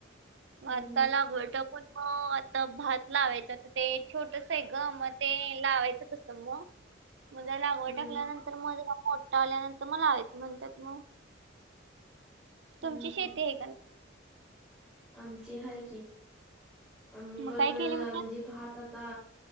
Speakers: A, on the right; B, in the centre.
A: म
B: हम्म
A: आता लागवट पण म आता भात लावायच तर ते छोट ग मग ते लावायचं कसं मग, मग जरा लागवड
B: हम्म
A: टाकल्यानं
B: हम्म
A: त्याला <unintelligible> मोठा आल्यानंतर म लावायचं म्हणत्यात म.
B: हम्म
A: तुमची शेती आहे का ना?
B: आमचे आहे कि आम्ही
A: मग
B: पण
A: काय
B: म्हणजे
A: केले म्हणतात
B: भात आता.